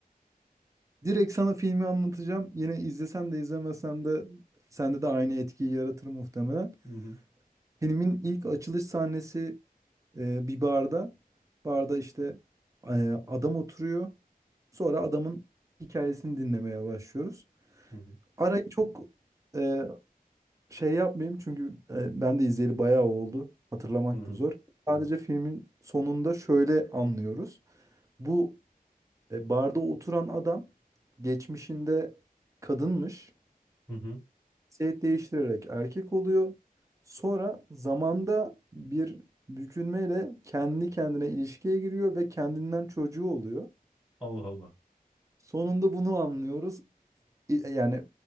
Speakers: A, on the right (about 20°); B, in the centre.
A: Direkt sana filmi anlatacağım. Yine izlesen de izlemesen de sende de aynı etkiyi yaratır muhtemelen.
B: Hı hı.
A: Filmin ilk açılış sahnesi e, bir barda. Barda işte e, adam oturuyor. Sonra adamın hikayesini dinlemeye başlıyoruz.
B: Hı hı.
A: Arayı çok e, şey yapmayayım çünkü e, ben de izleyeli bayağı oldu. Hatırlamak
B: Hı hı.
A: da zor. Sadece filmin sonunda şöyle anlıyoruz. Bu e, barda oturan adam geçmişinde kadınmış.
B: Hı hı.
A: Cinsiyet değiştirerek erkek oluyor. Sonra zamanda bir bükülmeyle kendi kendine ilişkiye giriyor ve kendinden çocuğu oluyor.
B: Allah Allah.
A: Sonunda bunu anlıyoruz. İ- Yani